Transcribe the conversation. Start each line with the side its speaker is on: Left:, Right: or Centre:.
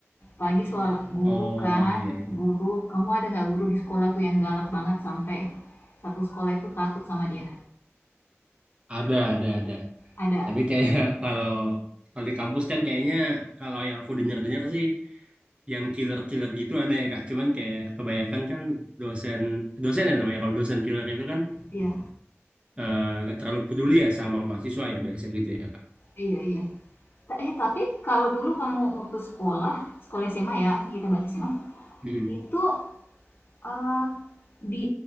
Left: Pagi soal guru
Right: oh
Left: kan,
Right: iya, iya.
Left: guru. Kamu ada nggak guru di sekolah tuh yang galak banget sampai satu sekolah itu takut sama dia?
Right: ada ada ada
Left: Ada.
Right: tapi kayak <laughs> kalau kalau di kampus kan kayaknya kalau yang aku dengar dengar sih yang killer killer gitu ada ya kak cuman kayak kebanyakan kan dosen dosen ya namanya kalau dosen killer itu kan
Left: Iya.
Right: eh, nggak terlalu peduli ya sama mahasiswa ya biasanya gitu ya kak
Left: Iya iya. Ta eh, tapi kalau dulu kamu waktu sekolah, sekolah SMA ya, ini kita bahas SMA,
Right: Mm.
Left: itu eh, di